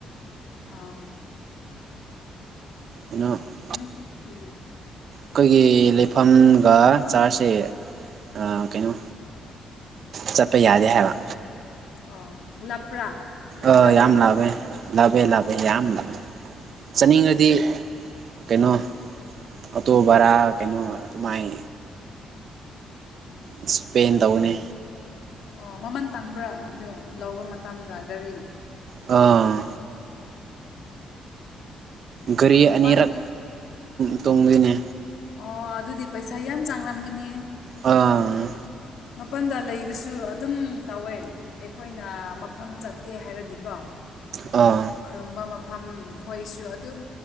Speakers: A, on the left; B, on the right.
A: ꯑꯥ
B: ꯑ <unintelligible>
A: ꯅꯕꯨ ꯎ
B: ꯑꯩꯈꯣꯏꯒꯤ ꯂꯩꯐꯝꯒ ꯆꯥꯔꯖꯁꯦ ꯑ ꯀꯩꯅꯣ ꯆꯠꯄ ꯌꯥꯗꯦ ꯍꯥꯏꯕ
A: ꯑ ꯂꯥꯞꯄ꯭ꯔꯥ? ꯅꯠꯇ꯭ꯔꯒ
B: ꯑ ꯌꯥꯝ ꯂꯥꯞꯄꯦ ꯂꯥꯞꯄꯦ ꯂꯥꯞꯄꯦ ꯌꯥꯝ ꯂꯥꯞꯄꯦ
A: ꯑ
B: ꯆꯠꯅꯤꯡꯉꯗꯤ ꯀꯩꯅꯣ ꯑꯣꯇꯣ ꯚꯥꯔꯥ ꯀꯩꯅꯣ ꯑꯗꯨ ꯃꯥꯏ ꯏꯁꯄꯦꯟ
A: ꯎꯝ
B: ꯇꯧꯅꯤ
A: ꯑꯣ ꯃꯃꯟ ꯇꯥꯡꯕ꯭ꯔꯥ ꯑꯗꯨ ꯂꯧꯕ ꯃꯇꯝꯗ ꯒꯥꯔꯤ
B: ꯑꯥ ꯒꯥꯔꯤ
A: ꯃꯄꯥꯟ
B: ꯑꯅꯤꯔꯛ ꯇꯣꯡꯗꯣꯏꯅꯦ
A: ꯑꯣ ꯑꯗꯨꯗꯤ ꯄꯩꯁꯥ ꯌꯥꯝ ꯆꯡꯂꯝꯒꯅꯤ
B: ꯑꯥ
A: ꯃꯄꯟꯗ ꯂꯩꯕꯁꯨ ꯑꯗꯨꯝ ꯇꯧꯋꯦ ꯑꯩꯈꯣꯏꯅ ꯃꯐꯝ ꯆꯠꯀꯦ ꯍꯥꯏꯔꯗꯤꯀꯣ
B: ꯑꯥ
A: ꯈꯨꯔꯨꯝꯕ ꯃꯐꯝ ꯈꯣꯏꯁꯨ ꯑꯗꯨꯝ